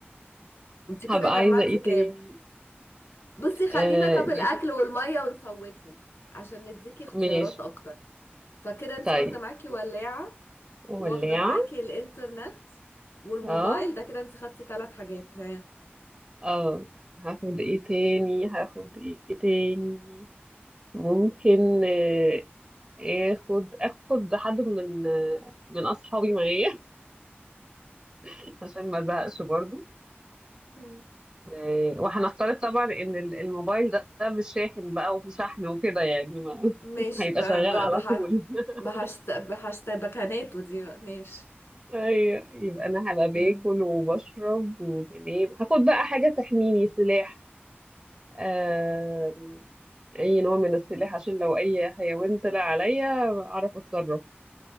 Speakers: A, on the left; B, on the right.
A: انت كده
B: هبقى
A: جمعتي
B: عايزة إيه
A: كام
B: تاني
A: بصي خلينا
B: أه
A: طب
B: ماشي
A: الاكل والمية ونفوتهم عشان نديكي اختيارات
B: ماشي
A: اكتر فكده انت
B: طيب
A: واخده معاكي ولاعه
B: ولاعة
A: واخده معاكي الانترنت والموبايل
B: اه
A: ده كده انت خدتي ثلاث حاجات ها
B: اه هاخد ايه تاني هاخد ايه تاني ممكن آه، اخد اخد حد من آه، من اصحابي معايا <laughs> عشان ما ازهقش برضو
A: مم.
B: آه، وهنفترض طبعا ان ال- الموبايل ده ده مش شاحن بقى وفي شحن وكده يعني ما
A: ماشي
B: <laughs> هيبقى
A: ب... ب...
B: شغال على
A: بح...
B: طول <laughs>
A: بحشت بحشت بكاناته دي بقى. ماشي
B: ايوه يبقى انا هبقى باكل
A: مم.
B: وبشرب وبنام هاخد بقى حاجة تحميني سلاح آه، اي نوع من السلاح عشان لو اي حيوان طلع عليا اعرف اتصرف